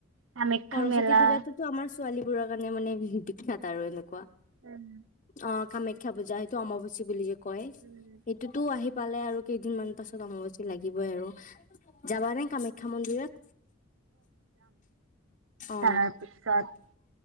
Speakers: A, on the right; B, on the left.
A: কামাখ্যা
B: সৰস্বতী
A: মেলা
B: পূজাতোতো আমাৰ ছোৱালীবোৰৰ কাৰণে মানে বিশেষ বিখ্যাত আৰু এনেকুৱা।
A: উম,
B: অ'। কামাখ্যা পজা সেইটো অমাবচি বুলিয়ে কয়
A: উম
B: এইটোতো আহি পালে আৰু কেইদিনমান পাছত অমবচি লাগিবই আৰু যাবা নে কামাখ্যা মন্দিৰত? অ
A: তাৰ পিছত